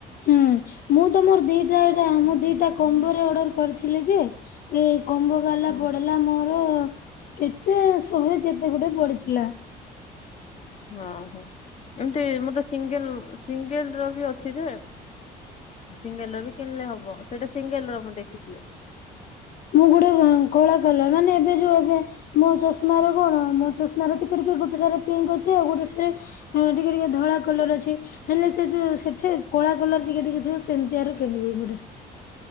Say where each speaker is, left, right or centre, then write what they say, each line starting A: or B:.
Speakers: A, on the left; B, on the left.
A: ହୁଁ ମୁଁ ତ ମୋର ଦିଇଟା ଏଇଟା ମୁ ଦିଇଟା କମ୍ବୋରେ ଅର୍ଡର କରିଥିଲି ଯେ ଏ କମ୍ବୋବାଲା
B: ହଁ
A: ପଡିଲା ମୋର କେତେ ଶହେ କେତେ ଗୋଟେ ପଡିଥିଲା।
B: ହଁ ହୋ ଏମିତି ମତେ ସିଙ୍ଗିଲ୍ ସିଙ୍ଗିଲ୍ ର ବି ଅଛି ଯେ। ସିଙ୍ଗେଲ ର ବି କିଣିଲେ ହବ ସେଇଟା ସିଙ୍ଗେଲ ର ମୁଁ ଦେଖିଥିଲି।
A: ମୁଁ ଗୋଟେ କଳା କଲର ମାନେ ଏବେ ଯୋଉ ଏବେ ମୋ ଚଷମାର କଣ ମୋ ଚଷମା ର ଟିକେ ଟିକେ ଗୋଟେ ଠାରେ ପିଙ୍କ୍ ଅଛି ଆଉ ଗୋଟେ ଠାରେ ଅଁ ଟିକେ ଟିକେ ଧଳା କଲର ଅଛି। ହେଲେ ସେ ଯୋଉ ସେଠି କଳା କଲର ଟିକେ ଟିକେ ଥିବ ସେମିତି ଆରୁ କିଣିବି ଗୋଟେ।